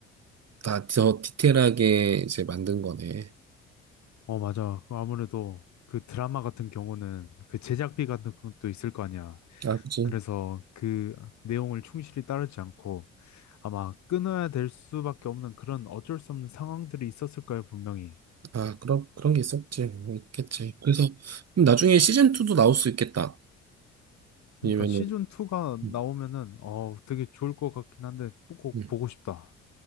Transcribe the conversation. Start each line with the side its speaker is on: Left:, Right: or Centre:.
Right: 다 더 디테일하게 이제 만든 거네.
Left: 어, 맞아. 그 아무래도 그 드라마 같은 경우는 그 제작비 같은 것도 있을 거 아니야.
Right: 아, 그치.
Left: 그래서 그 내용을 충실히 따르지 않고 아마 끊어야 될 수밖에 없는 그런 어쩔 수 없는 상황들이 있었을 거예요, 분명히.
Right: 아, 그런, 그런 게 있었지. 뭐 있겠지. 그래서, 그럼 나중에 시즌2도 나올 수 있겠다.
Left: 그러니까
Right: 왜냐면은,
Left: 시즌 2가
Right: 음,
Left: 나오면은 어 되게 좋을 것 같긴 한데 꼭
Right: 음.
Left: 보고 싶다.